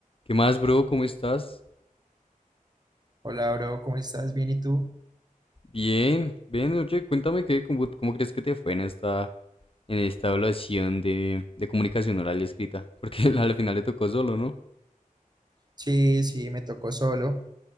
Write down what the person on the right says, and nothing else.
Hola, bro, ¿cómo estás? ¿Bien y tú?
Sí, sí, me tocó solo.